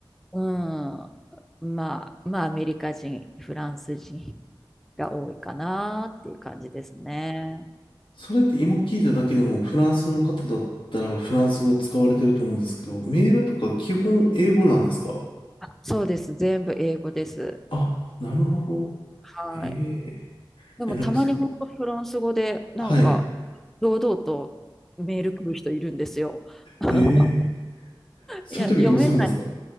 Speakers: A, in the centre; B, on the left.
A: うん。まあ、まあ、アメリカ人、フランス人が多いかなっていう感じですね。
B: それって今聞いただけでも、フランスの方だったらフランス語使われてると思うんですけど、メールとか基本英語なんですか
A: そうです。全部英語です。
B: あ、なるほど。
A: はい。
B: へえ。
A: でも、
B: いや、なんかそう。
A: たまに本当フランス語で、なんか、
B: はい。
A: 堂々とメール来る人いるんですよ。<laughs>
B: へえ。そういう時どうするんですか
A: いや、読めない。